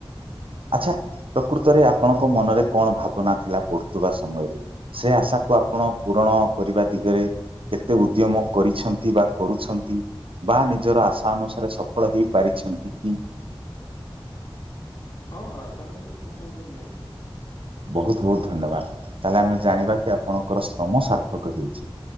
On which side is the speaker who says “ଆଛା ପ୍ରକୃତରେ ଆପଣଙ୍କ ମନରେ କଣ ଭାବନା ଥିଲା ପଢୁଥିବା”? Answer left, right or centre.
Right